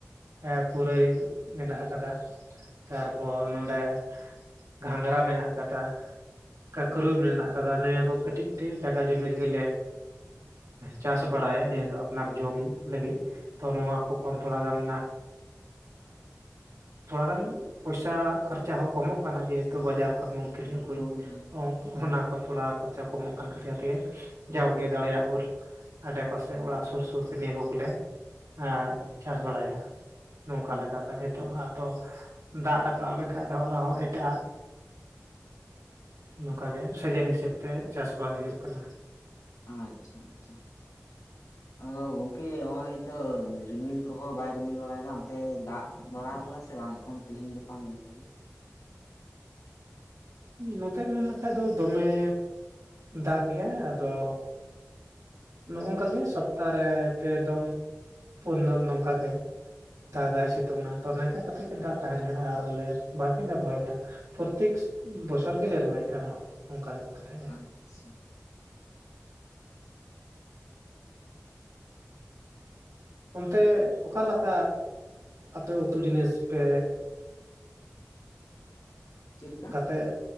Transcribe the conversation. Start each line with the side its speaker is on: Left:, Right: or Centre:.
Right: ᱦᱮᱸ ᱯᱩᱨᱟᱹᱭ ᱢᱮᱱᱟᱜ ᱟᱠᱟᱫᱟ, ᱛᱟᱨᱯᱚᱨ ᱱᱚᱸᱰᱮ ᱜᱷᱟᱸᱜᱨᱟ ᱢᱮᱱᱟᱜ ᱟᱠᱟᱫᱟ, ᱠᱟᱹᱠᱨᱩᱞ ᱢᱮᱱᱟᱜ ᱠᱟᱫᱟ ᱱᱤᱭᱟᱹ ᱠᱚ ᱠᱟᱹᱴᱤᱡ, ᱴᱤᱡ ᱡᱟᱭᱜᱟ ᱡᱩᱢᱤ ᱨᱮᱜᱮᱞᱮ ᱪᱟᱥ ᱵᱟᱲᱟᱭᱟ ᱱᱤᱭᱟᱹ ᱫᱚ ᱟᱯᱱᱟᱨ ᱡᱚᱢ ᱞᱟᱹᱜᱤᱫ, ᱛᱚ ᱱᱚᱣᱟ ᱠᱚ ᱠᱷᱚᱱ, ᱛᱷᱚᱲᱟᱜᱟᱱ ᱛᱷᱚᱲᱟᱜᱟᱱ ᱯᱚᱭᱥᱟ ᱠᱷᱚᱨᱪᱟ ᱦᱚᱸ ᱠᱚᱢᱚᱜ ᱠᱟᱱᱟ ᱡᱮᱦᱮᱛᱩ ᱵᱟᱡᱟᱨ ᱠᱷᱚᱱ ᱵᱚᱱ ᱠᱤᱨᱤᱧ ᱟᱹᱜᱩᱭ
Left: ᱦᱳᱭ ᱦᱳᱭ
Right: ᱚ ᱚᱱᱟ ᱠᱷᱚᱱ ᱛᱷᱚᱲᱟ ᱠᱷᱚᱨᱪᱟ ᱠᱚᱢᱚᱜ ᱠᱟᱱ ᱠᱷᱟᱹᱛᱤᱨ ᱛᱮᱜᱮ ᱡᱟᱣᱜᱮ ᱫᱟᱲᱮᱭᱟᱜ ᱵᱷᱩᱨ, ᱟᱰᱮᱯᱟᱥᱮ ᱚᱲᱟᱜ ᱥᱩᱨ ᱥᱩᱨᱛᱮ ᱞᱤᱵᱩ ᱠᱚᱞᱮ ᱮᱸ ᱪᱟᱥ ᱵᱟᱲᱟᱭᱟ, ᱱᱚᱝᱠᱟ
Left: ᱦᱳᱭ
Right: ᱞᱮᱠᱟᱛᱮ ᱡᱚᱛᱚᱢ ᱟᱛᱳ ᱫᱟᱜ ᱨᱟᱠᱟᱵ ᱞᱮᱠᱷᱟᱫ ᱫᱚ ᱟᱨᱦᱚᱸ ᱴᱟᱜ ᱱᱚᱝᱠᱟ ᱜᱮ ᱥᱮᱡᱮᱱ ᱦᱤᱥᱟᱹᱵ ᱛᱮ ᱪᱟᱥ ᱵᱟᱝ ᱦᱩᱭᱩᱜ ᱠᱟᱱᱟ᱾
Left: ᱟᱪᱪᱷᱟ ᱟᱪᱪᱷᱟ ᱚ ᱜᱚᱝᱠᱮ ᱦᱸᱚᱭ ᱛᱚ ᱨᱤᱢᱤᱞ ᱠᱚᱦᱚᱸ ᱵᱟᱭ ᱨᱤᱢᱤᱞ ᱵᱟᱲᱟᱭᱮᱫᱟ ᱚᱱᱛᱮ ᱫᱟᱜ ᱵᱟᱲᱟᱣ ᱟᱠᱟᱫᱟ ᱥᱮ ᱵᱟᱝ ᱮᱠᱷᱚᱱ ᱛᱤᱦᱤᱧ ᱜᱟᱯᱟ ᱢᱚᱫᱽᱫᱷᱮ ᱨᱮ᱾
Right: ᱱᱚᱛᱮ ᱢᱮᱱ ᱞᱮᱠᱷᱟ ᱫᱚ ᱫᱚᱢᱮ ᱫᱟᱜᱽ ᱜᱮᱭᱟᱭ ᱟᱫᱚ ᱱᱚᱜᱝᱠᱟᱜᱮ ᱥᱚᱯᱛᱟ ᱟᱨᱮ ᱯᱮ ᱫᱚᱢ ᱯᱩᱱ ᱫᱚᱢ ᱱᱚᱝᱠᱟ ᱜᱮ, ᱫᱟᱜᱟᱭ ᱥᱤᱛᱩᱝᱼᱟ ᱛᱚ ᱱᱚᱤᱝᱠᱟ ᱠᱟᱛᱮᱫ ᱜᱮ ᱫᱟᱜ ᱛᱟᱦᱮᱱ ᱠᱟᱱᱟ ᱟᱨᱞᱮ ᱵᱷᱟᱜᱮ ᱞᱮ ᱨᱚᱦᱚᱭᱮᱫᱟ᱾ ᱯᱨᱚᱛᱮᱠ ᱵᱚᱪᱷᱚᱨ ᱜᱮᱞᱮ ᱨᱚᱦᱚᱭᱮᱫ ᱠᱟᱱᱟ ᱱᱚᱣᱟ ᱫᱚ ᱚᱱᱠᱟ ᱠᱟᱛᱮᱫ
Left: ᱟᱪᱪᱷᱟ
Right: ᱜᱮ᱾
Left: ᱪᱮᱫ <inaudible>
Right: ᱚᱱᱛᱮ ᱚᱠᱟᱮᱠᱟ ᱟᱹᱛᱩ ᱟᱛᱩ ᱡᱤᱱᱤᱥ ᱯᱮ,
Left: ᱞᱮᱠᱟ
Right: ᱠᱟᱛᱮᱫ